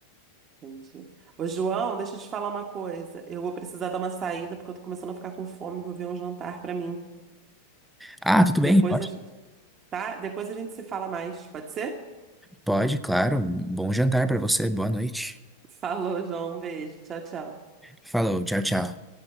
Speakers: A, on the right; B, in the centre.
A: entendi. Ô, João, deixa eu te falar uma coisa. Eu vou precisar dar uma saída porque eu tô começando a ficar com fome, vou ver um jantar pra mim.
B: Ah, tudo bem,
A: Depois
B: pode,
A: a gente, tá? Depois a gente se fala mais, pode ser?
B: pode, claro. Bom jantar pra você, boa noite.
A: Falou, João, um beijo. Tchau, tchau.
B: Falou, tchau, tchau.